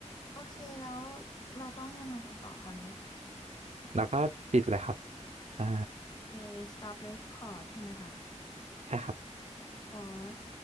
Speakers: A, on the left; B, on the right.
A: โอเคแล้วเราต้องยังไงกันต่อคราวนี้
B: แล้วก็ปิดเลยครับใช่
A: โอเค stop record ใช่ไหมคะ
B: ใช่ครับ
A: pause